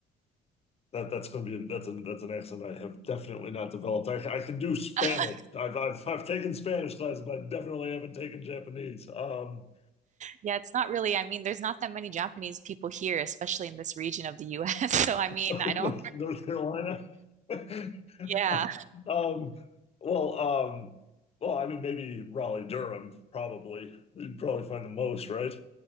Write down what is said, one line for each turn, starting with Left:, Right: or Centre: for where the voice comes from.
Left: That that's going to be that's an that's an accent I have definitely not developed. I, I can do Spanish.
Right: <laughs>
Left: I've, I've I've taken Spanish classes, but I definitely haven't taken Japanese. Um,
Right: Yeah, it's not really. I mean, there's not that many Japanese people here, especially in this region of the US. <laughs> So, I
Left: <laughs>
Right: mean,
Left: North,
Right: I don't,
Left: North Carolina. <laughs>
Right: yeah.
Left: Um, well, um, well, I mean, maybe Raleigh, Durham, probably. You'd probably find the most, right?